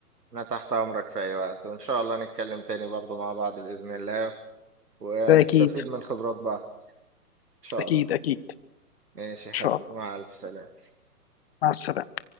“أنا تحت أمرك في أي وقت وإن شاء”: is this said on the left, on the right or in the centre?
Right